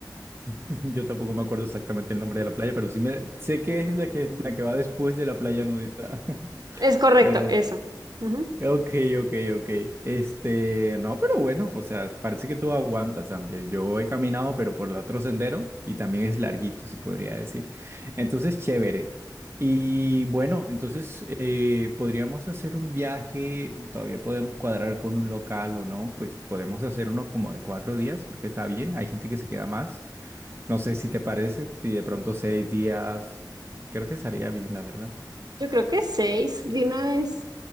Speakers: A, on the right (about 30°); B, on the right (about 65°).
A: Yo tampoco me acuerdo exactamente el nombre de la playa, pero sí me, sé que es la que, la que va después de la playa nudista. <laughs>
B: Es correcto,
A: Pero,
B: esa. Ujú.
A: ok, ok, ok. Este, no, pero bueno, o sea, parece que tú aguantas, también. Yo he caminado, pero por el otro sendero y también es larguito, se podría decir. Entonces, chévere. Y bueno, entonces eh, podríamos hacer un viaje, todavía podemos cuadrar con un local o no, pues podemos hacer uno como de cuatro días, creo que está bien, hay gente que se queda más. No sé si te parece, si de pronto seis días, creo que estaría bien, la verdad.
B: Yo creo que seis, de una vez